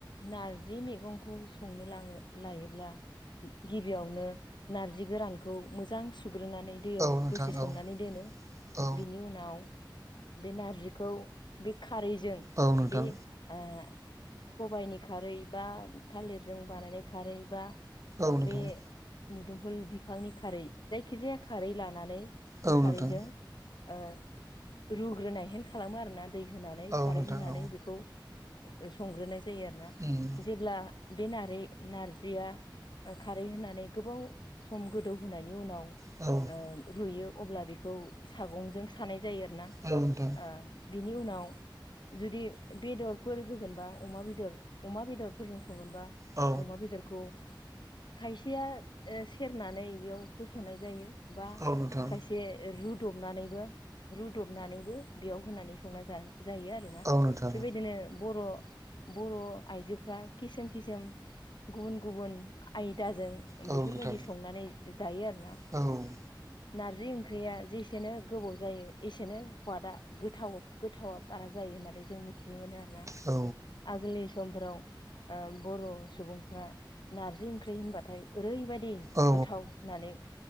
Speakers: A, on the left; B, on the right.
A: नारजि मैगंखौ संनो लां लायोब्ला गिबियावनो नारजि गोरानखौ मोजां सुग्रोनानै दैयाव
B: औ नोंथां
A: दसे सोमनानै
B: औ
A: दोनो
B: औ
A: बिनि उनाव बे नारजिखौ बे खारैजों
B: औ नोंथां
A: बे ओ सबायाइनि खारै बा थालिरजों बानायनाय खारै बा
B: औ नोंथां
A: बे मुदुमफुल बिफांनि खारै जायखिजाया खारै लानानै
B: औ
A: बे खारैजों
B: नोंथां
A: ओ रुग्रोनायहेन खालामो आरोना दै होनानै
B: औ
A: खारै
B: नोंथां
A: होनानै
B: औ
A: बेखौ संग्रोनाय जायो आरो ना
B: उम
A: जेब्ला बे नारै नारजिया खारै होनानै गोबाव सम गोदौहोनायनि उनाव
B: औ
A: ओ रुयो अब्ला बेखौ सागंजों सानाय जायो आरो ना
B: औ नोंथां
A: ओ बिनि उनाव जुदि बेदरफोर होगोनबा अमा बेदर अमा बेदर संगोनबा
B: औ
A: अमा बेदरखौ खायसेया ओ सेरनानै बेयाव होस'नाय जायो बा
B: औ नोंथां
A: खायसे रुदबनानैबो रुदबनानैबो बेयाव होनानै संना जा जायो आरोना
B: औ नोंथां औ नोंथां
A: बेबादिनो बर' बर' आइजोफ्रा किसोम किसोम गुबुन गुबुन आयदाजों
B: औ
A: बेफोरबायदि
B: नोंथां
A: संनानै जायो आरोना
B: औ
A: नारजि ओंख्रिया जेसेनो गोबाव जायो एसेनो खवादा गोथाव गोथावा बारा जायो होननानै जों मिथिनो मोनो आरोना
B: औ
A: आगोलनि समफोराव ओ बर' सुबुंफोरा नारजि ओंख्रि होनबाथाय ओरैबायदि।
B: औ
A: गोथाव होननानै